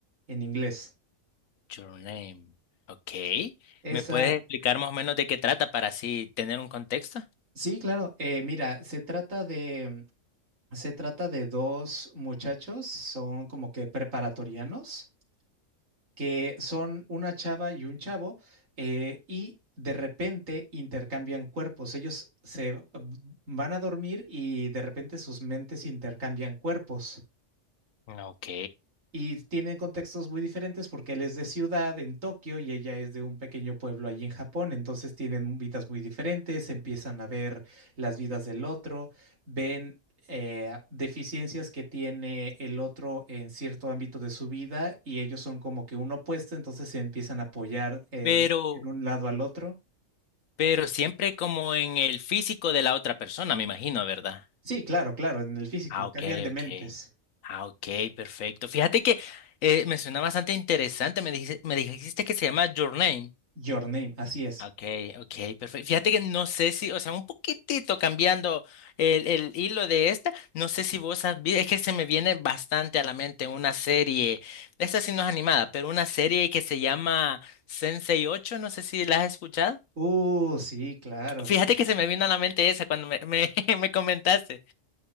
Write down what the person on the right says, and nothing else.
en inglés.
Esa
Sí, claro. Eh, mira, se trata de, se trata de dos muchachos, son como que preparatorianos, que son una chava y un chavo, eh, y de repente intercambian cuerpos. Ellos se eh, van a dormir y de repente sus mentes intercambian cuerpos.
Y tienen contextos muy diferentes porque él es de ciudad en Tokio y ella es de un pequeño pueblo allí en Japón. Entonces tienen vidas muy diferentes, empiezan a ver las vidas del otro, ven eh, deficiencias que tiene el otro en cierto ámbito de su vida y ellos son como que un opuesto, entonces se empiezan a apoyar eh,
en un lado al otro.
Sí, claro, claro, en el físico,
cambian de mentes.
Your Name, así es.
Uh, sí, claro.